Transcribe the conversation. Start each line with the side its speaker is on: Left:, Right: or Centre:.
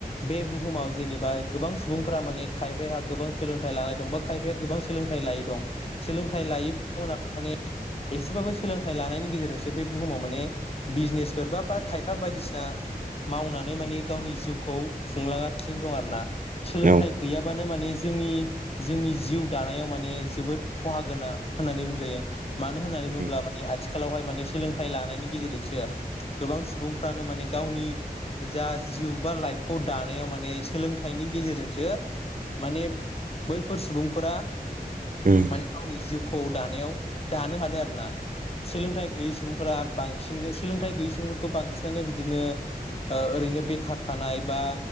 Left: बे बुहुमाव जेनेबा गोबां सुबुंफोरा माने खायफाहा गोबां सोलोंथाइ लानाय दं बा खायफाया गोबां सोलोंथाइ लायै दं सोलोंथाइ लायै बिथांमोनाबो माने एसेबाबो सोलोंथाइ लानायनि गेजेरजोंसो बे बुहुमाव माने बिजनेसफोर बा खायफा बायदिसिना मावनानै माने गावनि जिउखौ खुंलांगासिनो दं आरोना सोलोंथाइ
Right: औ
Left: गैयाबानो माने जोंनि जोंनि जिउ दानायाव माने जोबोद खहा गोनां होननानै बुंजायो। मानो होननानै बुङोब्ला
Right: उम
Left: माने आथिखालावहाय माने सोलोंथाइ लानायनि गेजेरजोंसो गोबां सुबुंफ्रानो माने गावनि जा जिउ बा लाइफखौ दानायाव माने सोलोंथाइनि गेजेरजोंसो माने बैफोर सुबुंफोरा
Right: उम
Left: माने गावनि जिउखौ दानायाव दानो हादों आरो ना। सोलोंथाइ
Right: औ
Left: गैयै सुबुंफोरा बांसिननो सोलोंथाइ गैयै सुबुंफोरखौ बांसिनानो बिदिनो ओ ओरैनो बेखार थानाय बा